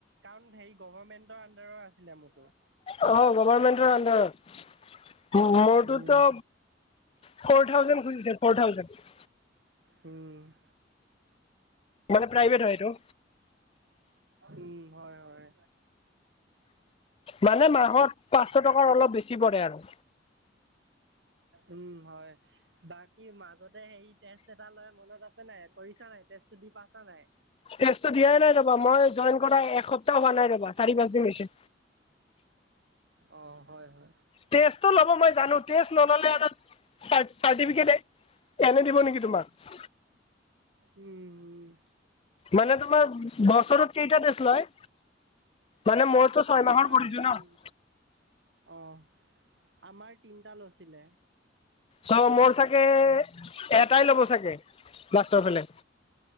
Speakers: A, on the right; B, on the left.
A: কাৰণ হেৰি গভমেন্টৰ আডাৰৰ আছিলে মোৰতো।
B: অ' গভমেন্টৰ আডাৰত মোৰটোত
A: উম
B: ফ'ৰ থাউজেণ্ড খুজিছে ফৰ থাউজেণ্ড।
A: উম
B: মানে প্ৰাইভেট হয়‌ এইটো।
A: উম, হয়-হয়।
B: মানে মাহত পাঁচশ টকাৰ অলপ বেছি পৰে আৰু।
A: উম হয়। বাকী মাজতে হেৰি টেষ্ট এটা লৈ মনত আছে নাই কৰিছাঁ নাই টেষ্টটো দি পাইছাঁ নাই?
B: টেষ্টটো দিয়াই নাই ৰবা মই জইন কৰা এসপ্তাহ হোৱা নাই ৰবা চাৰি পাঁচ দিন হৈছে।
A: অ', হয়-হয়।
B: টেষ্টটো ল'ব মই জানো টেষ্ট নল'লে আৰু চাৰ্টিফিকেট এনে দিব নেকি তোমাক।
A: উম-উম।
B: মানে তোমাৰ বছৰত কেইটা টেষ্ট লয়? মানে মইতো ছয়
A: আমাৰ
B: মাহৰ কৰিছোঁ
A: হেৰি
B: ন'।
A: অ' আমাৰ তিনিটা লৈছিলে।
B: চাও মোৰ চাগে এটাই ল'ব চাগে লাষ্টৰ ফালে।